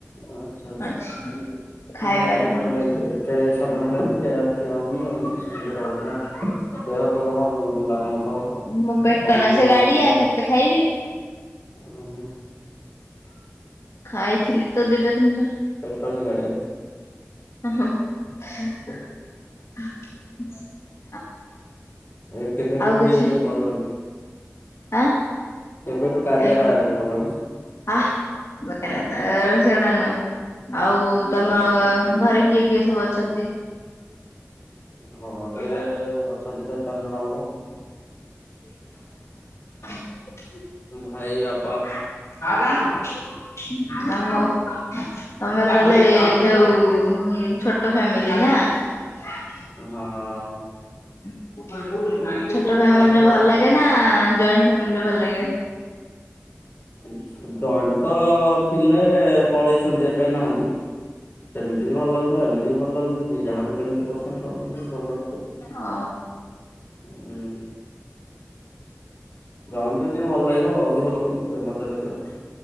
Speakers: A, on the left; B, on the left.
A: ଆଚ୍ଛା ଆଛା
B: ଅଛି ଖାଇବାରେ
A: ନା ନାଇଁ
B: କଣ ଅଛି।
A: ଏତେ ସମୟ ହେଲାନି ଖିଆ ଖିଆ ହଉନି ଆଉ। ସେମିତି ରହୁଛ ନା ଦେହ ତ ତମର ଲାଗୁନଥିବ ଆଉ
B: ମୋ ପେଟ
A: କଣ
B: ନା
A: କି
B: ସେ
A: ଭଳିଆ
B: ଗାଡିଆ
A: ଦୁଶୁଛ
B: କେତେ ଖାଇବି
A: ଓହୋ।
B: ଖାଇଥିଲି ତ ଦିଟା ତିନିଟା
A: ଟ କି ଗାଡ଼ିଆ।
B: ଓହୋ। ହ <inaudible>
A: ଏ କେବେଠୁ
B: କିଛି
A: ଇଏ କଲଣି?
B: ଆ
A: କେବେଠୁ କାରୟା
B: ଏ
A: ଇଏ କଲଣି। ହ <inaudible>
B: ଆ ବେକାରିଆ କଥା ସେଗୁଡା ନୁହେଁ। ଆଉ ତମ
A: ଆଚ୍ଛା।
B: ଘରେ କିଏ କିଏ ସବୁ ଅଛନ୍ତି?
A: ଘରେ
B: ଟା
A: ଅଛନ୍ତି ଚାରି ପାଞ୍ଚ ଜଣ ଆମର ଆଉ।
B: <unintelligible>
A: ଭାଇ ଆପ୍
B: <unintelligible> <unintelligible> ଓହୋ ତମେ ତାହେଲେ ଯୋଉ ଛୋଟ ଫ୍ୟାମିଲି ନା।
A: ହଁଅଁ।
B: <inaudible> ଛୋଟ ଫେମିଲି
A: ତ
B: ଭଲ ଲାଗେ ନା ଜଏଣ୍ଟ ଫ୍ୟାମିଲିରେ ଭଲ ଲାଗେ।
A: ଜଏଣ୍ଟ ତ ଥିକ୍ ଥିଲେପଳେଇଛନ୍ତି ଏବେ ନାହାନ୍ତି। ସେମିତି ସେମିତି ବି ଭଲ୍ଲାଗୁଥିଲା ଏମିତି ବି ଭଲଲ୍ଲାଗୁଛି। ଯିଏ ଯାହା ମୁଁ ଯେମତି କଷ୍ ମ ଭଲ ଲାଗୁଛିସବୁ।
B: ଓ
A: ଉଁ ଗାଁ ଟା ଟିକେ ଭଲ ଲାଗିବ ଅଧିକ ଲୋକ <inaudible> ମଜା ଲାଗିବ।